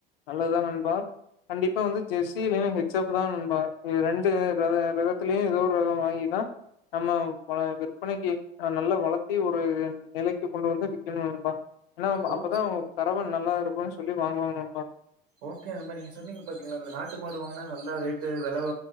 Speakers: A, on the left; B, on the right.
A: நல்லத் தா நண்பா கண்டிப்பா வந்து ஜெர்சியிலு ஹெச் எப் தா நண்பா ரெண்டு ரகொ ரகத்திலயு ஏதோ ஒரு ரகொ வாங்கிதா நம்ம விற்பனைக்கு நல்லா வளத்தி ஒரு நிலைக்கு கொண்டு வந்து விக்கணு நண்பா ஏன்னா
B: ஓ
A: அப்பதா உங்க கறவ நல்லா ருக்கும்னு சொல்லி வாங்குவாங்க நண்பா
B: ஓகே நண்பா நீங்க சொன்னீங்க பாத்தீங்ளா இந்த நாட்டு மாடு வாங்னா நல்லா ரேட்டு வெலத